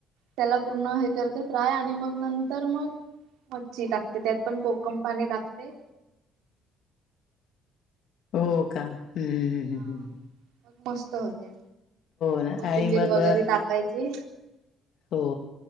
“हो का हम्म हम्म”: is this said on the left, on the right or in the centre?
Left